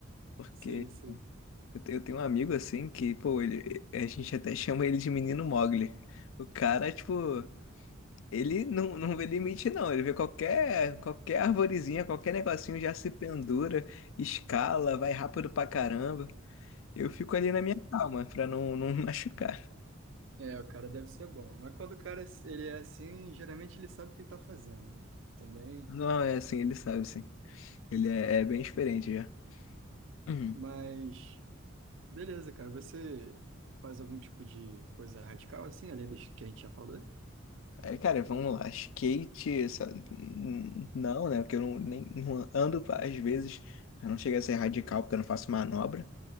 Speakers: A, on the left; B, on the right.
A: Porque
B: Sei, sei.
A: eu te- eu tenho um amigo assim que, pô, ele, a gente até chama ele de menino Mogli. O cara, tipo, Ele não, não vê limite, não. Ele vê qualquer, qualquer arvorezinha, qualquer negocinho já se pendura, escala, vai rápido pra caramba. Eu fico ali na minha calma, pra não, <laughs> não machucar.
B: É, o cara deve ser bom. Mas quando o cara ele é assim, geralmente ele sabe o que está fazendo, né? Também.
A: Não, é assim, ele sabe, sim. Ele é, é bem experiente já. <clears throat> Uhum.
B: Mas beleza, cara. Você faz algum tipo de coisa radical assim, além dos que a gente já falou?
A: É, cara, vamos lá. Skate, sabe? Hum, não, né? Porque eu não, nem, não ando, às vezes, eu não chego a ser radical, porque eu não faço manobra.